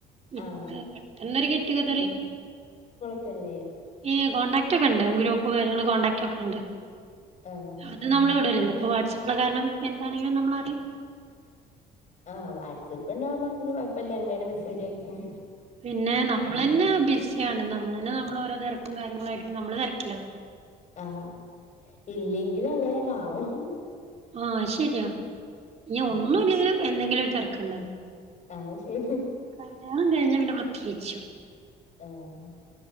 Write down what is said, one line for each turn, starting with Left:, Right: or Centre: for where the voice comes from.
Right: ഇപ്പ
Left: ആഹ്
Right: പെട്ടെന്നൊര് ഗെറ്റുഗതർ
Left: ക്കല്ലേ
Right: ഈ കോൺടാക്ട് ഒക്കെ ഉണ്ട് ഗ്രൂപ്പ് കാര്യങ്ങള് കോടാക്ട് ഒക്കെ ഉണ്ട്
Left: ആഹ്
Right: ഇത് നമ്മള് ഇടൂലല്ലോ ഇപ്പൊ വാട്സപ്പള്ള കാരണം എന്താണെങ്കിലും നമ്മറിയ
Left: ആഹ് വാട്സ്ആപ്പ് ഉണ്ടാവുമ്പോ പിന്നെ കുഴപ്പില്ല അങ്ങനെ മെസ്സേജ് അയിക്കും
Right: പിന്നെ നമ്മളന്നെ ബിസിയാണ് നമ്മൾ തന്നെ നമ്മള ഓരോ തിരക്കും കാര്യങ്ങളായിട്ട് നമ്മള് തിരക്കിലോ
Left: ആഹ് ഇല്ലെങ്കിലും അങ്ങനെണ്ടാവും
Right: ആഹ് ശരിയാ ഇഞ്
Left: ആഹ്
Right: ഒന്നുംല്ലെങ്കിലും എന്തെങ്കിലും ഒരു തെര്ക്കുണ്ടാവും
Left: ആഹ് ശരി
Right: കല്യാണം കഴിഞ്ഞ പിന്നെ പ്രത്യേകിച്ചും
Left: ആഹ്